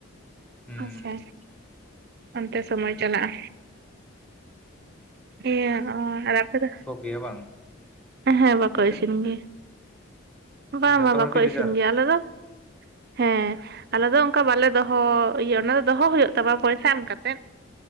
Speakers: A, in the centre; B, on the right (about 50°).
A: ᱦᱩᱸ
B: ᱟᱪᱪᱷᱟ ᱚᱱᱛᱮ ᱥᱚᱢᱚᱭ ᱪᱟᱞᱟᱜᱼᱟ᱾ ᱤᱭᱟᱹ ᱟᱨ ᱟᱯᱮ ᱫᱚ?
A: ᱤᱭᱟ. ᱵᱟᱝ
B: ᱦᱮᱸ ᱵᱟᱠᱚ
A: ᱢᱮᱥ
B: ᱤᱥᱤᱱ
A: ᱨᱮ
B: ᱜᱮᱭᱟ
A: ᱢᱟᱱᱮ
B: ᱵᱟᱝ
A: ᱡᱷᱚᱛᱚ
B: ᱵᱟᱝ
A: ᱦᱚᱲ
B: ᱵᱟᱠᱚ
A: ᱜᱮ ᱡᱮᱡᱟᱨ
B: ᱤᱥᱤᱱ ᱜᱮᱭᱟ ᱟᱞᱮ ᱫᱚ ᱦᱮᱸ ᱟᱞᱮ ᱫᱚ ᱚᱱᱠᱟ ᱵᱟᱞᱮ ᱫᱚᱦᱚ ᱤᱭᱟᱹ ᱚᱱᱟ ᱫᱚ ᱫᱚᱦᱚ ᱦᱩᱭᱩᱜ ᱛᱟᱢᱟ ᱯᱚᱭᱥᱟ ᱮᱢ ᱠᱟᱛᱮᱫ᱾